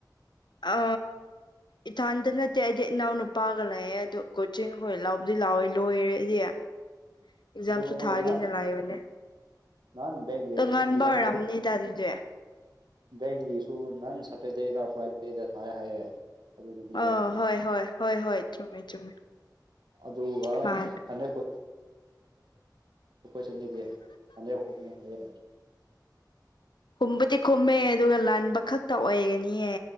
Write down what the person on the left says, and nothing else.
ꯑ ꯏꯊꯥꯟꯇ ꯅꯠꯇꯦ ꯑꯩꯗꯤ ꯏꯅꯥꯎ ꯅꯨꯄꯥꯒ ꯂꯩꯌꯦ ꯑꯗꯨ ꯀꯣꯆꯤꯡ ꯍꯣꯏ ꯂꯥꯎꯗꯤ ꯂꯥꯎꯋꯦ ꯂꯣꯏꯔꯦ ꯑꯩꯗꯤ ꯑꯦꯛꯖꯥꯝꯁꯨ
ꯊꯥꯒꯦꯅ
ꯂꯥꯏꯕꯅꯦ
ꯇꯣꯉꯥꯟꯕ
ꯑꯣꯏꯔꯝꯅꯤꯗ ꯑꯗꯨꯗꯤ
ꯑ ꯍꯣꯏ ꯍꯣꯏ ꯍꯣꯏ ꯍꯣꯏ ꯆꯨꯝꯃꯦ ꯆꯨꯝꯃꯦ
ꯃꯥꯅꯦ
ꯈꯨꯝꯕꯨꯗꯤ ꯈꯨꯝꯃꯦ ꯑꯗꯨꯒ ꯂꯥꯟꯕ ꯈꯛꯇ ꯑꯣꯏꯒꯅꯤꯌꯦ